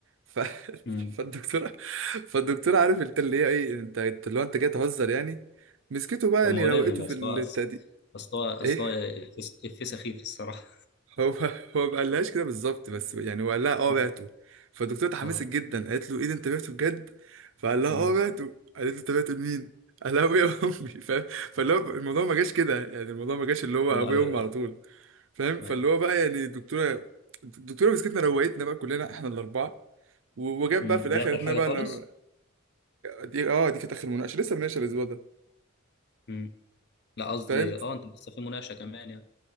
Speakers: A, on the right; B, on the left.
A: ف... <laughs>
B: مم.
A: فالدكتورة فالدكتورة عارف انت اللي هي ايه انت انت اللي هو انت جاي تهزر يعني مسكته بقى
B: طب
A: يعني
B: ما هو
A: روقته
B: لازم
A: في
B: بس
A: البتاع
B: هو أص-
A: دي
B: اصل هو اصل
A: <laughs>
B: هو إفيه- إفيه سخيف الصراحه
A: هو <laughs> هو ما قالهاش كده بالظبط بس يعني هو قال لها اه
B: مم.
A: بعته فالدكتوره
B: <laughs>
A: اتحمست
B: اه
A: جدا قالت له ايه ده انت بعته بجد فقال لها
B: مم.
A: اه بعته قالت له انت بعته لمين <laughs> قال لها ابويا وامي فاهم فاللي هو الموضوع ما جاش كده يعني الموضوع ما جاش اللي هو
B: اه
A: ابويا
B: ايوه
A: وامي على طول فاهم فاللي
B: ايوه
A: هو بقى يعني الدكتوره الدكتوره مسكتنا روقتنا بقى كلنا احنا الاربعه و- وجاب
B: مم.
A: بقى في الاخر
B: دي اخر
A: قالت
B: حاجه
A: لنا بقى
B: خالص
A: لما دي اه دي كانت اخر مناقشه لسه مناقشه الاسبوع ده
B: مم. لا قصدي
A: فاهم
B: اه انت لسه في مناقشه كمان